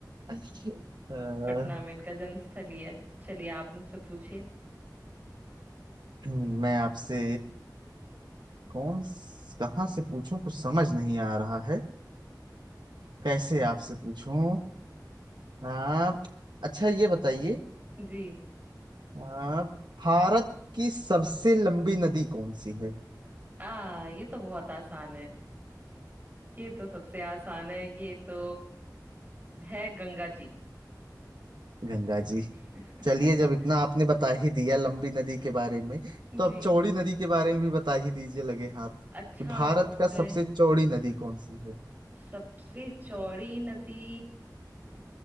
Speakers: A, on the right; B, on the right.
A: <laughs> अ,
B: पटना में इनका जन्म स्थल ही है चलिए आप मुझसे पूछिए
A: मैं आपसे कौन कहाँ से पूछूं कुछ समझ नहीं आ रहा है कैसे आपसे पूछूं आप अच्छा ये बताइए
B: जी
A: आप भारत की सबसे लंबी नदी कौन सी है
B: आ ये तो बहुत आसान है ये तो सबसे आसान है ये तो है गंगा जी
A: गंगा जी
B: <laughs>
A: चलिए जब इतना आपने बता ही दिया लंबी नदी के बारे में
B: जी
A: तो अब चौड़ी नदी के बारे में भी बता ही दीजिए लगे हाथ
B: अच्छा
A: भारत
B: सबसे
A: का सबसे चौड़ी नदी कौन सी है
B: सबसे चौड़ी नदी